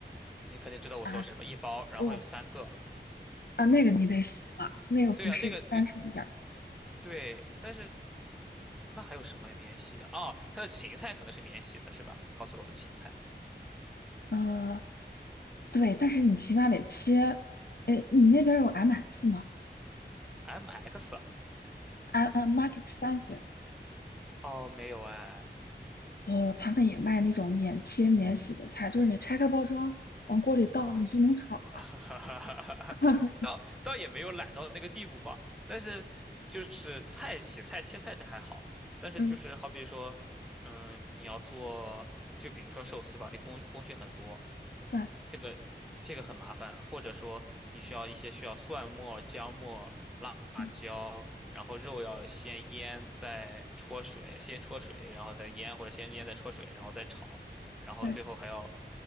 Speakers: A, in the centre; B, on the left (about 55°).
A: 你肯定知道我说是什么，
B: 啊。
A: 一包，然后有三个。
B: 哦。啊，那个你得洗了，那个不是单纯一叶儿。
A: 对啊，那个有对，但是那还有什么免洗啊？哦，它的芹菜可能是免洗的，是吧？Costco 的芹菜
B: 呃，对，但是你起码得切。哎，你那边有 MS 吗
A: ，MX 啊
B: ？M M Market Spencer，
A: 哦，没有哎，
B: 哦，他们也卖那种免切免洗的菜，就是你拆开包装，往锅里倒，
A: 嗯。
B: 你就能炒了。
A: <laughs> 哈哈哈哈哈，
B: <laughs>
A: 倒倒也没有懒到那个地步吧，但是就是菜洗菜切菜这还好，但是就是好比说，
B: 嗯，
A: 嗯，你要做，就比如说寿司吧，你工工序很多，
B: 对
A: 这个这个很麻烦，或者说你需要一些需要蒜末、姜末、辣椒，
B: 嗯
A: 然后肉要先腌再焯水，先焯水然后再腌，或者先腌再焯水，然后再炒，然后最后还要
B: 对